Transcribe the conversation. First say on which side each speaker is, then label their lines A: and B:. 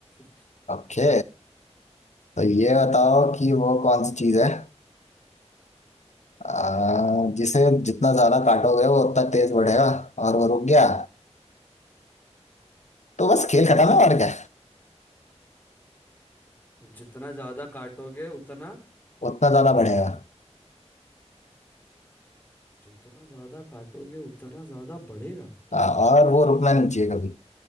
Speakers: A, on the left; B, on the left.
A: <laughs>
B: ओके तो ये
A: हम्म
B: बताओ कि वो कौन सी चीज है आ, जिसे जितना ज्यादा काटोगे वो उतना तेज बढ़ेगा और वो रुक गया तो बस खेल
A: हम्म
B: खत्म है और क्या
A: जितना ज्यादा काटोगे उतना
B: उतना ज्यादा बढ़ेगा
A: जितना ज्यादा काटोगे उतना ज्यादा बढ़ेगा
B: आ, और वो रुकना नहीं चाहिए कभी